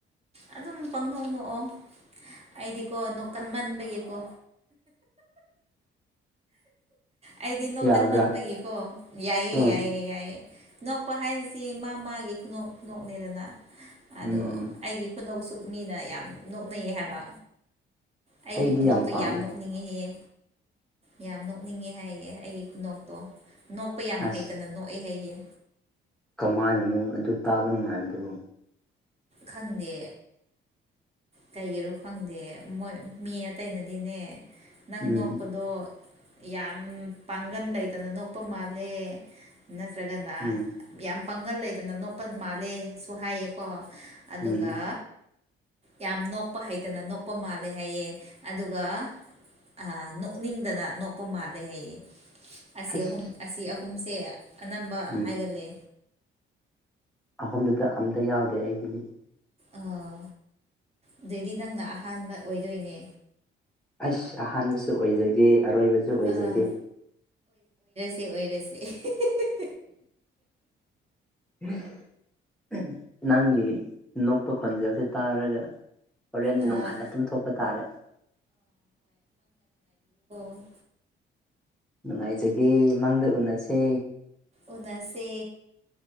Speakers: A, on the right; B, in the centre.
A: ꯑꯗꯨꯝ ꯄꯥꯡꯅꯧꯅꯣꯛꯑꯣ ꯑꯩꯗꯤꯀꯣ ꯅꯣꯛ ꯀꯟꯃꯟꯕꯒꯤꯀꯣ ꯑꯩꯗꯤ ꯅꯣꯛꯀꯟ
B: ꯌꯥꯕ꯭ꯔꯥ
A: ꯃꯟꯕꯒꯤꯀꯣ ꯌꯥꯏꯌꯦ
B: ꯎꯝ
A: ꯌꯥꯏꯌꯦ ꯌꯥꯏꯌꯦ ꯅꯣꯛꯄ ꯍꯥꯏꯁꯤ ꯃꯥ ꯃꯥꯒꯤ ꯈꯨꯅꯣꯛ ꯈꯨꯅꯣꯛꯅꯦꯗꯅ ꯑꯗꯣ
B: ꯎꯝ ꯎꯝ
A: ꯑꯩꯒꯤ ꯈꯨꯅꯧꯁꯨ ꯃꯤꯅ ꯌꯥꯝ ꯅꯣꯛꯅꯩ ꯍꯥꯏꯕ ꯑꯩꯒꯤ
B: ꯑꯩꯗꯤ
A: ꯈꯨꯅꯣꯛꯇꯨ
B: ꯄꯥꯝꯃꯦ
A: ꯌꯥꯝ ꯅꯣꯛꯅꯤꯡꯉꯦꯍꯍꯦ ꯌꯥꯝ ꯅꯣꯛꯅꯤꯡꯉꯦ ꯍꯥꯏꯌꯦꯦ ꯑꯩꯒꯤ ꯈꯨꯅꯣꯛꯇꯣ ꯅꯣꯛꯄ ꯌꯥꯝ
B: ꯑꯁ
A: ꯍꯩꯇꯅ ꯅꯣꯛꯑꯦ ꯍꯥꯏꯌꯦꯦ
B: ꯀꯃꯥꯏꯅꯅꯣ ꯑꯗꯨ ꯇꯥꯕ ꯅꯨꯡꯉꯥꯏꯕꯗꯨꯕꯨ
A: ꯈꯪꯗꯦ ꯀꯩꯒꯤꯔꯣ ꯈꯪꯗꯦ ꯃꯣꯏ ꯃꯤ ꯑꯇꯩꯅꯗꯤꯅꯦ ꯅꯪ
B: ꯎꯝ
A: ꯅꯣꯛꯄꯗꯣ ꯌꯥꯝ ꯄꯥꯡꯒꯟ ꯂꯩꯇꯅꯅꯣꯄ ꯃꯥꯂꯦ ꯅꯠꯇ꯭ꯔꯒꯅ
B: ꯎꯝ
A: ꯌꯥꯝ ꯄꯪꯒꯜ ꯂꯩꯗꯅ ꯅꯣꯛꯄ ꯃꯥꯜꯂꯦꯁꯨ ꯍꯥꯏꯌꯦꯀꯣ ꯑꯗꯨꯒ
B: ꯎꯝ
A: ꯌꯥꯝ ꯅꯣꯛꯄ ꯍꯩꯇꯅ ꯅꯣꯛꯄ ꯃꯥꯜꯂꯦ ꯍꯥꯏꯌꯦꯦ ꯑꯗꯨꯒ ꯑ ꯅꯣꯛꯅꯤꯡꯗꯅ ꯅꯣꯛꯄ ꯃꯥꯜꯂꯦ ꯑꯩꯌꯦ ꯑꯁꯤ
B: ꯑꯩꯁ
A: ꯑꯍꯨꯝ ꯑꯁꯤ ꯑꯍꯨꯝꯁꯦ ꯑꯅꯝꯕ
B: ꯎꯝ
A: ꯍꯥꯏꯒꯂꯦ
B: ꯑꯍꯨꯝꯗꯨꯗ ꯑꯝꯇ ꯌꯥꯎꯗꯦ ꯑꯩꯒꯤ ꯂꯤꯠ
A: ꯑꯣ ꯑꯗꯨꯏꯗꯤ ꯅꯪꯅ ꯑꯍꯥꯟꯕ ꯑꯣꯏꯗꯣꯏꯅꯦ
B: ꯑꯩꯁ ꯑꯍꯥꯟꯕꯁꯨ ꯑꯣꯏꯖꯒꯦ ꯑꯔꯣꯏꯕꯁꯨ ꯑꯣꯏꯖꯒꯦ
A: ꯑꯥ ꯑꯣꯏꯔꯁꯦ ꯑꯍꯦꯍꯦꯍꯦ
B: ꯑꯝꯍꯝ ꯅꯪꯒꯤ ꯅꯣꯛꯄ ꯈꯣꯟꯖꯦꯜꯁꯦ ꯇꯥꯔꯒ ꯍꯣꯔꯦꯟ
A: ꯑꯥ
B: ꯅꯨꯡꯉꯥꯏꯅ ꯇꯨꯝꯊꯣꯛꯄ ꯇꯥꯔꯦ
A: ꯑꯟꯑꯣꯗꯤꯕꯜ
B: ꯅꯨꯡꯉꯥꯏꯖꯒꯦ ꯃꯪꯗ ꯎꯅꯁꯦ
A: ꯎꯅꯁꯦ